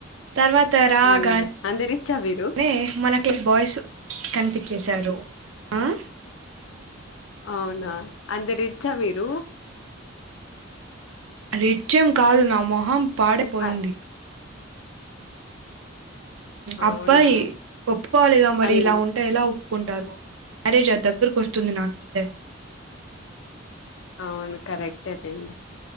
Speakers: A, on the right (about 80°); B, on the left (about 70°).
A: తర్వాత రాగా
B: హ్మ్ అంత రిచ్చా మీరు
A: నే మన కేలి బాయ్స్ కనిపి ప్పించేశారు అహ
B: అవునా అంత రిచ్ మీరు లు
A: రిచ్ ఏము కాదు నా మొహం పాడిపోయింది
B: అ అవునా
A: అబ్బాయి ఒప్పుకోవాలిగా మరి
B: అన్
A: ఇలా ఉంటే ఇలా ఒప్పు ఒప్పుకుంటారు మ్యారేజ్ దగ్గరకు వస్తుంది నాకైతే
B: అవును కరెక్టే లెండి